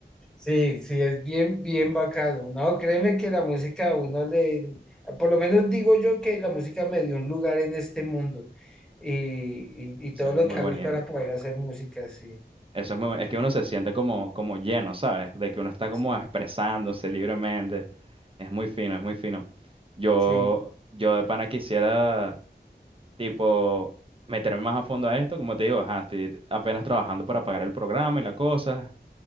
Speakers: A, in the centre; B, on the right.
A: sí, sí, es bien, bien bacano. No, créeme que la música a uno le, por lo menos digo yo que la música me dio un lugar en este mundo y, y, y
B: Eso
A: todo
B: es
A: lo
B: muy
A: que hago
B: bonito.
A: es para poder hacer música, sí.
B: Eso es muy bueno. Es que uno se siente como, como lleno, ¿sabes? De que uno está como
A: Sí.
B: expresándose libremente. Es muy fino, es muy fino. Yo,
A: sí.
B: yo de pana quisiera, tipo, meterme más a fondo a esto. Como te digo, ajá, estoy apenas trabajando para pagar el programa y la cosa.